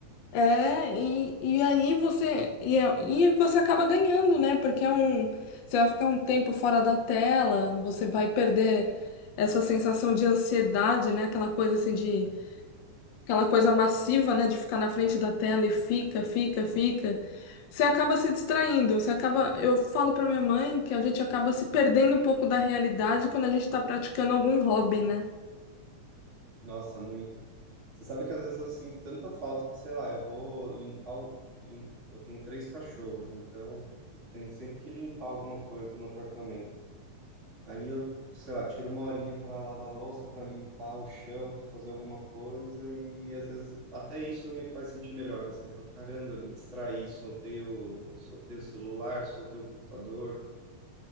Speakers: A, on the left; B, on the right.
A: É, e, e aí você e, é- e você acaba ganhando, né? Porque é um, você vai ficar um tempo fora da tela, você vai perder essa sensação de ansiedade, né? Aquela coisa assim de aquela coisa massiva, né, de ficar na frente da tela e fica, fica, fica, você acaba se distraindo, você acaba, eu falo para minha mãe que a gente acaba se perdendo um pouco da realidade quando a gente está praticando algum hobby, né?
B: Nossa, muito. Você sabe que às vezes eu sinto tanta falta que, sei lá, eu vou limpar o. lim- Eu tenho três cachorros, então eu tenho sempre que limpar alguma coisa no apartamento. Aí eu, sei lá, tiro uma horinha para lavar a louça, para limpar o chão, para fazer alguma coisa, e às vezes até isso me faz sentir melhor, assim, eu falo, caramba, me distraí, soltei o, soltei o celular, soltei o computador,